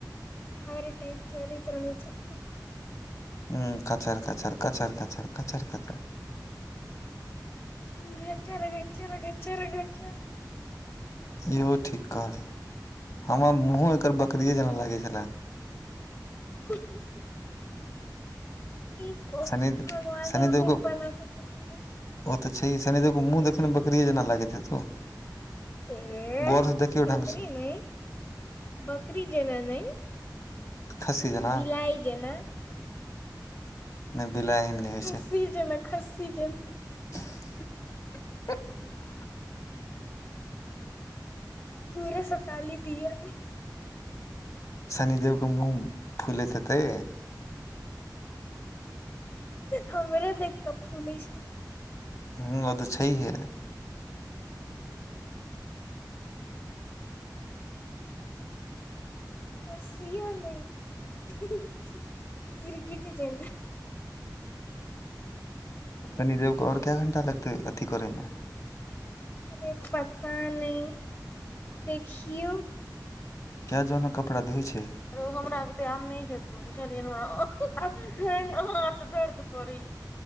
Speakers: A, on the left; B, on the left.
A: हर टाइम चरित रहै छै
B: ह कचर काचर कचर काचर कचर कचर
A: घर घर चर चर
B: इहो ठीक कहै हमरा मुँहो एकर बकरिए जेना लागै छलए
A: ओ <unintelligible> की कहू
B: शनि
A: भगवाने
B: शनिदेव
A: ओहन
B: के
A: बना कऽ देलकै ये
B: ओ तऽ छैह सनि देखो मुँह देख ने बकरी केजेना लागैत हेतौ
A: ए
B: गौर से देखियौ
A: बकरी
B: ढंग से,
A: नहि बकरी जेना न
B: खस्सी जेना,
A: विलाइ जेना
B: नहि बिलाइ एहन नहि होइ
A: खसी
B: छै।
A: जे ने खसी जे
B: <unintelligible>
A: दूरे सताली दअ
B: शनि देव के मुँह फुलैत हेतै
A: हमरे तऽ एक कप फूले छै
B: हूँ ओ तऽ छैही है
A: ह सी ब नहि कीर गीट छै ने
B: शनिदेव को आओर क्या घंटा लगतै अथी करेमे
A: अरे पता नहि देखियौ
B: क्य जोना कपड़ा धोइ छै
A: रो हमरा ओते आम नहि खेतौ चल तऽ दर्द करै